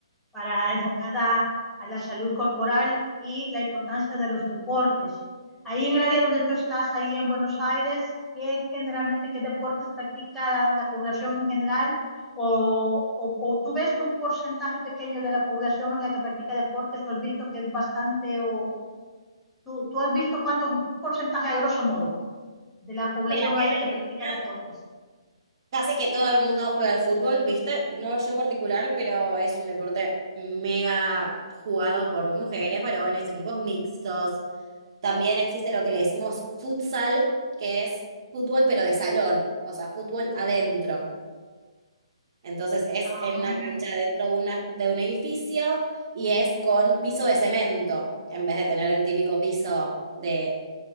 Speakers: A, in the centre; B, on the right.
A: para enfocada a la salud corporal y la importancia de los deportes. Ahí en el área donde tú estás, ahí en Buenos Aires, ¿qué generalmente qué deportes practica la población en general? O, o, o tú ves que un porcentaje pequeño de la población es la que practica deportes? ¿O has visto que es bastante? ¿O tú, tú has visto cuánto, un porcentaje a grosso modo? de la población
B: Mira, acá
A: ahí
B: en
A: que
B: Argentina
A: practica deportes.
B: casi que todo el mundo juega al fútbol, ¿viste? No yo particular, pero es un deporte mega jugado por mujeres, varones, equipos mixtos. También existe lo que le decimos futsal, que es fútbol pero de salón, o sea, fútbol adentro. Entonces es
A: Ah,
B: en una cancha dentro de, una, de un edificio y es con piso de cemento, en vez de tener el típico piso de,